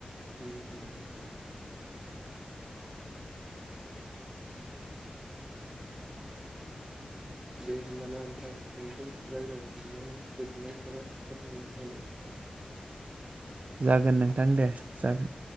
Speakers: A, on the right; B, on the right.
A: उम उम उम नोंथां। दे होमबाना नोंथां नोंजों रायज्लायनो मोननानै गोजोननाय थाबाय फोरमायनो होनाय।
B: जागोन नोंथां दे जागोन।